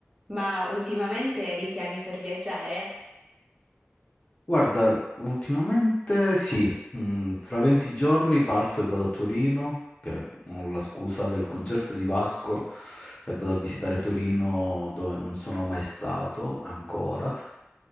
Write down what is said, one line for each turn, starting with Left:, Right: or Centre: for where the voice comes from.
Right: Ma ultimamente hai dei piani per viaggiare?
Left: Guarda, ultimamente sì, Mm, fra 20 giorni parto e vado a Torino, che ho la scusa del concerto di Vasco, e vado a visitare Torino dove non sono mai stato ancora.